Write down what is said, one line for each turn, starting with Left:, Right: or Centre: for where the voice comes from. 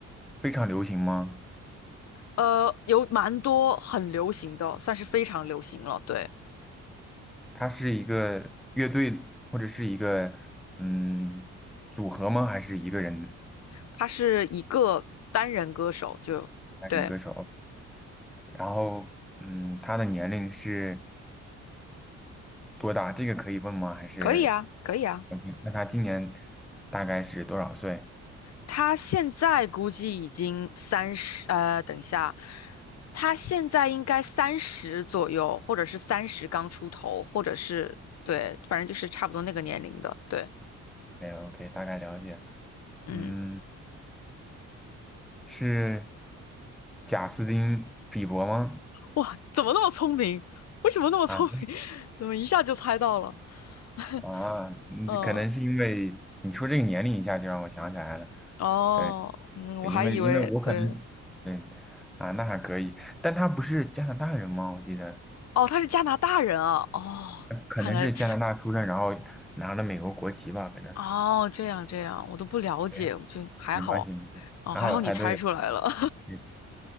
Centre: 非常流行吗？
Left: 呃，有蛮多很流行的，算是非常流行了。对，
Centre: 他是一个乐队或者是一个嗯组合吗？还是一个人
Left: 他是一个单人歌手，就对，
Centre: 单人歌手？然后嗯，他的年龄是多大？这个可以问吗？还是
Left: 可以啊，可以啊。
Centre: OK？那他今年大概是多少岁
Left: 他现在估计已经三十，呃，等一下，他现在应该三十左右，或者是三十刚出头，或者是对，反正就是差不多那个年龄的。对，
Centre: ？OK OK，大概了解
Left: 嗯，
Centre: 嗯，是贾斯汀比伯吗？
Left: 哇，怎么那么聪明？为什么那么聪明？
Centre: 啊
Left: <laughs> 怎么一下就猜到了？<laughs>
Centre: 啊，你可能是因为你说这个年龄一下就让我想起来了。
Left: 嗯，哦，
Centre: 对。
Left: 嗯，
Centre: 对因为因为我可能，
Left: 我还以为对，
Centre: 对，啊，那还可以，但他不是加拿大人吗？我记得，
Left: 哦，他是加拿大人啊，哦，
Centre: 呃可能是加拿大出生，
Left: 看来，
Centre: 然后拿了美国国籍吧，可能。
Left: 哦，这样这样，我都不了解，
Centre: 对，
Left: 我就还好，
Centre: 没关系，没关系，
Left: 哦，
Centre: 还好我猜对了。
Left: 还好你猜出来了，
Centre: 对，